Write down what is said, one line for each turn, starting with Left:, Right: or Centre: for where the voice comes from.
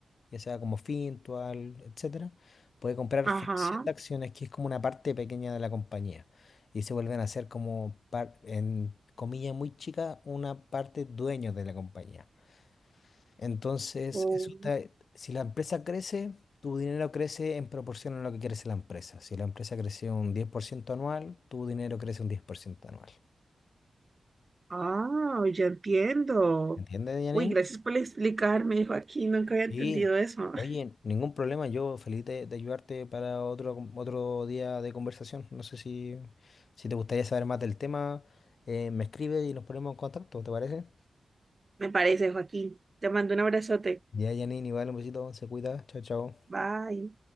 Left: ya sea como Fintual, etcétera. Puede comprar
Right: ajá.
Left: fracción de acciones, que es como una parte pequeña de la compañía. Y se vuelven a ser como, par- en comillas muy chicas, una parte dueños de la compañía. Entonces,
Right: Oh,
Left: eso te- si la empresa crece, tu dinero crece en proporción a lo que crece la empresa. Si la empresa crece un 10% anual, tu dinero crece un 10% anual.
Right: ah, ya entiendo.
Left: ¿Entiendes, Janine?
Right: Uy, gracias por explicarme, Joaquín. Nunca había
Left: Sí.
Right: entendido eso.
Left: Oye,
Right: <laughs>
Left: ningún problema. Yo feliz de, de ayudarte para otro, con- otro día de conversación. No sé si, si te gustaría saber más del tema, eh, me escribes y nos ponemos en contacto, ¿te parece?
Right: Me parece, Joaquín. Te mando un abrazote.
Left: Ya, Janine, igual un besito, se cuida. Chao, chao.
Right: Bye.